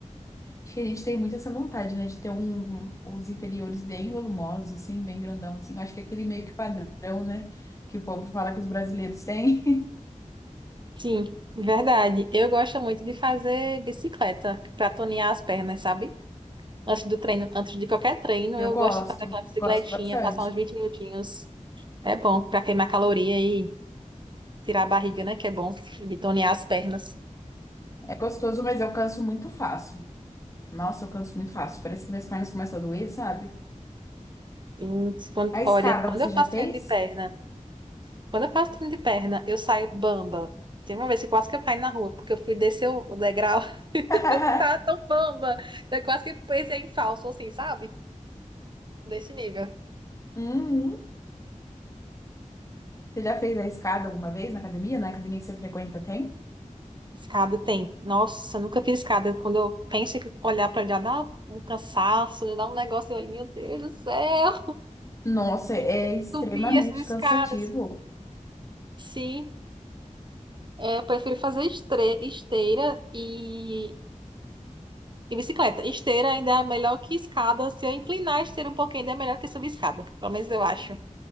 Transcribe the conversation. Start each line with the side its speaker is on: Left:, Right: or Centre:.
Left: Acho que a gente tem muito essa vontade, né? De ter um, os inferiores bem volumosos, assim, bem grandão, assim. Eu acho que é aquele meio que padrão, né? Que o povo fala que os brasileiros têm.
Right: Sim, verdade. Eu gosto muito de fazer bicicleta pra tonear as pernas, sabe? Antes do treino, antes de qualquer treino,
Left: Eu
Right: eu
Left: gosto,
Right: gosto de fazer aquela bicicletinha,
Left: gosto bastante.
Right: passar uns 20 minutinhos. É bom para queimar caloria e tirar a barriga, né? Que é bom e tonear as pernas.
Left: É gostoso, mas eu canso muito fácil. Nossa, eu canso muito fácil. Parece que minhas pernas começam a doer, sabe?
Right: Hum, quando-
Left: A escada
Right: Olha, quando
Left: você
Right: eu faço
Left: já fez?
Right: treino de perna, quando eu faço treino de perna, eu saio bamba. Teve uma vez que quase que eu caí na rua, porque eu fui descer o o degrau, <laughs>
Left: <laughs>
Right: tá tão bamba. Eu quase que pensei em falso, assim, sabe? Desse nível.
Left: Uhum. Você já fez a escada alguma vez na academia? Na academia que você frequenta tem?
Right: Escada tem. Nossa, eu nunca fiz escada. Quando eu penso em olhar para já dá um cansaço, dá um negócio ali, meu Deus do céu,
Left: Nossa, é
Right: <laughs>
Left: extremamente
Right: subir essas escadas.
Left: cansativo.
Right: Sim, é, eu prefiro fazer estre- esteira e, e bicicleta. Esteira ainda é melhor que escada. Se eu inclinar a esteira um pouquinho, ainda é melhor que subir escada. Pelo menos eu acho